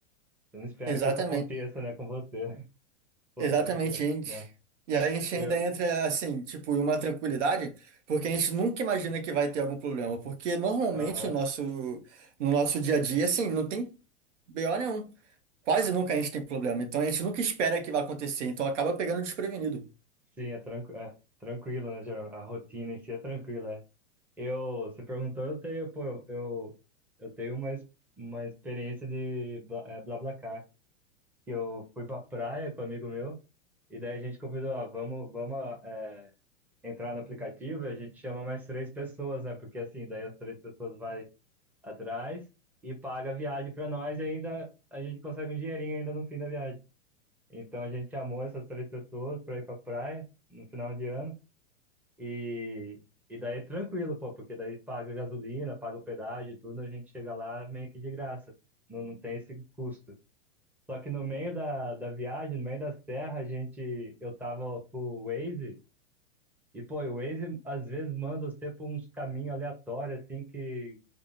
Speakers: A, in the centre; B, on the right.
A: não espera
B: Exatamente.
A: que isso aconteça, né, com você, né? <laughs> Pô,
B: Exatamente,
A: pode crer,
B: a gente.
A: né?
B: E aí a gente
A: Eu,
B: ainda entra assim, tipo, em uma tranquilidade, porque a gente nunca imagina que vai ter algum problema, porque normalmente
A: aham,
B: no nosso, no nosso dia a dia, assim, não tem BO nenhum. Quase nunca a gente tem problema, então a gente nunca espera que vai acontecer, então acaba pegando desprevenido.
A: sim, é, tranqu é tranquilo, né, geral, a rotina em si é tranquila, é. Eu, você perguntou, eu tenho, pô, eu, eu tenho uma, ex- uma experiência de Bla, é, BlaBlaCar, que eu fui pra praia com um amigo meu, e daí a gente convidou, ah, vamos, vamos é, entrar no aplicativo e a gente chama mais três pessoas, né? Porque assim, daí as três pessoas vai atrás e paga a viagem pra nós e ainda a gente consegue um dinheirinho ainda no fim da viagem. Então a gente chamou essas três pessoas pra ir pra praia no final de ano e, e daí é tranquilo, pô, porque daí paga gasolina, paga o pedágio e tudo, a gente chega lá meio que de graça. Não, não tem esse custo. Só que no meio da, da viagem, no meio da serra, a gente, eu tava com o Waze, e pô, o Waze às vezes manda você por uns caminhos aleatórios, assim, que